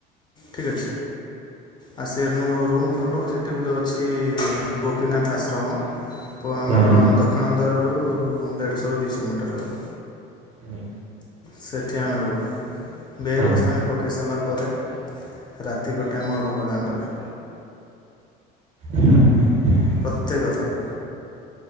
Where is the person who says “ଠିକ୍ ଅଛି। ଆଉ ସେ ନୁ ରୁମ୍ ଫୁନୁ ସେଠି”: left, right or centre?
Left